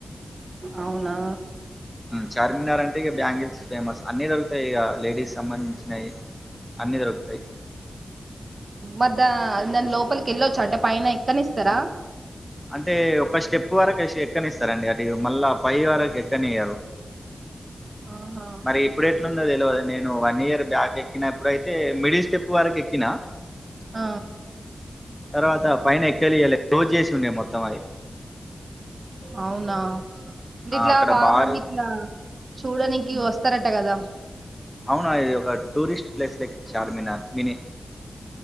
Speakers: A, on the right (about 40°); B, in the centre.
A: అవునా
B: చార్మినార్ అంటే ఇగ బ్యాంగిల్స్ ఫేమస్. అన్ని దొరుకుతయి ఇగ లేడీస్ సంబంధించినయి. అన్నీ దొరుకుతయి.
A: మధ నను లోపలికి వెళ్ళొచ్చు అంటే పైన ఎక్కని ఇస్తారా
B: అంటే ఒక స్టెప్ వరకు ఎక్కని ఇస్తారండి అటు మళ్ళా పై వరకు ఎక్కనయ్యారు
A: ఆహా
B: మరి ఇప్పుడు ఎట్లుండో తెలియవదు నేను వన్ ఇయర్ బ్యాక్ ఎక్కినప్పుడుయితే మిడిల్ స్టెప్ వరకు ఎక్కినా
A: ఆ
B: తర్వాత పైన ఎక్కలియాలి క్లోజ్ చేసి ఉండే మొత్తం అది
A: అవునా అంటే
B: ఆ
A: ఇట్లా
B: అక్కడ
A: బాగా
B: భారీ
A: మంది ఇట్లా చూడనికి వస్త తారట కదా
B: అవునా ఇ ఒక టూరిస్ట్ ప్లేస్ లెక్క చార్మినార్ మినీ